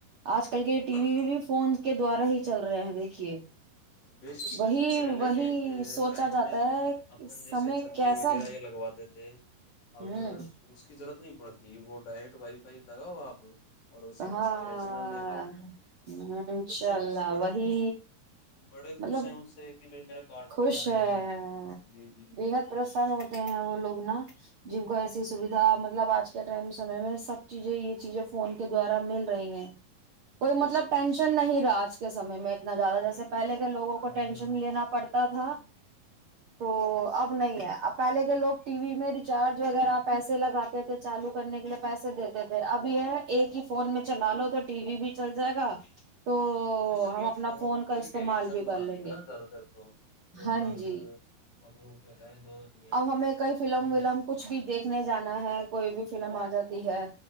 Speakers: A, on the right; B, on the left.
A: آج کل کے یہ ٹی
B: ہاں
A: وی بھی فون کے دوارا ہی چل رہے ہیں دیکھیے
B: بے شک
A: وہی
B: بے شک پہلے
A: وہی
B: کے
A: سوچا
B: ٹائم
A: جاتا
B: میں
A: ہے کہ
B: اپن
A: سمے
B: جیسے چھتری
A: کیسا
B: وغیرہ یہ لگواتے تھے
A: ہوں
B: اب اس کی ضرورت نہیں جی وہ ڈائرٹ وائی فائی لگاؤ آپ <unintelligible> میں
A: ہاں
B: سارے چینل دیکھ لو
A: ہ انشاء
B: بچے
A: اللہ
B: بھی اس سے بڑے
A: وہی
B: خوش بڑے
A: مطلب
B: خوش ہیں ان سے کہ بھائی میرا کارٹون
A: خوش
B: آ رہے
A: ہے
B: ہیں جی جی
A: بےحد پرسن ہوتے ہیں وہ لوگ نا جن کو ایسی سویدھا مطلب آج کے ٹائم سمے میں سب چیزیں یہ چیزیں فون کے دوارا مل رہی ہیں کوئی
B: بے
A: مطلب
B: شک
A: ٹینشن
B: بے شک
A: نہیں رہا آج کے سمے میں نہ زیادہ جیسے
B: پھر
A: پہلے
B: کوئی
A: کے لوگوں
B: چنتا
A: کو
B: نہیں
A: ٹینشن
B: ہے ان کو
A: لینا
B: بچوں
A: پڑتا
B: کی
A: تھا
B: جی
A: تو اب نہیں ہے اب پہلے کے لوگ ٹی وی میں ریچارج وغیرہ پیسے لگاتے تھے چالو کرنے کے لیے پیسے دیتے تھے اب یہ ہے ایک ہی فون میں چلا لو تو ٹی وی بھی چل جائے گا تو
B: بے شک
A: ہم
B: یہ
A: اپنا
B: فون کوئی
A: کا استعمال
B: ٹیلی ویژن
A: بھی کر
B: بنا
A: لیں
B: دیا
A: گے
B: نا زیادہ تر تو لوگ
A: ہاں
B: باگ
A: جی
B: مخلوق ہے جو دنیا
A: اب
B: میں
A: ہمیں کئی فلم
B: تو وہ
A: ولم کچھ بھی دیکھنے جانا ہے کوئی بھی فلم آ جاتی ہے